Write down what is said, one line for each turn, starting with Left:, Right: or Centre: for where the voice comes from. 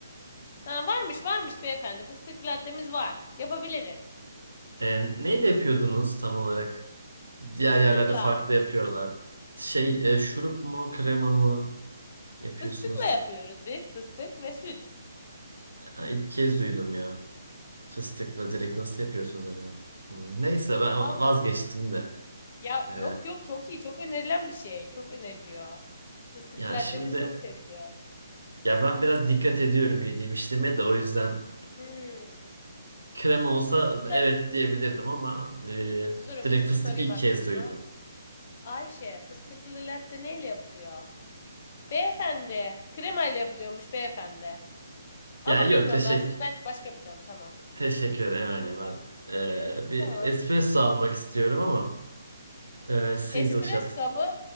Left: Ha, varmış, varmış beyefendi. Fıstıklı lattemiz var. Yapabiliriz.
Right: E, neyle yapıyordunuz tam olarak? Diğer
Left: Fıstıkla.
Right: yerlerde farklı yapıyorlar. Şey, e, şurup mu, krema mı yapıyorsunuz?
Left: Fıstıkla yapıyoruz biz. Fıstık ve süt.
Right: Ha, İlk kez duydum ya. Fıstıkla direkt nasıl yapıyorsunuz acaba? Hmm, Neyse ben
Left: Vallahi
Right: vazgeçtim de.
Left: ya yok
Right: E,
Left: yok çok iyi. Çok önerilen bir şey. Çok öneriliyor. Fıstıklı
Right: ya
Left: lattemiz
Right: şimdi
Left: çok seviliyor.
Right: ya ben biraz dikkat ediyorum yediğim içtiğime de o yüzden
Left: Hmm.
Right: <clears throat> krema olsa
Left: Fıstıklı
Right: evet diyebilirdim ama e,
Left: durun
Right: direkt
Left: bir
Right: fıstık
Left: sorayım
Right: ilk
Left: arkadaşıma.
Right: kez duydum.
Left: Ayşe, fıstıklı latte neyle yapılıyor? Beyefendi. Kremayla yapılıyormuş beyefendi. Ama
Right: Ya yok
Left: bilmiyorum
Right: teşekkür
Left: ben. Siz bence başka bir şey alın. Tamam.
Right: Teşekkür ederim. Aynen ben e, bir
Left: Tamam.
Right: espresso almak istiyorum ama e, single
Left: Espresso
Right: shot.
Left: mu?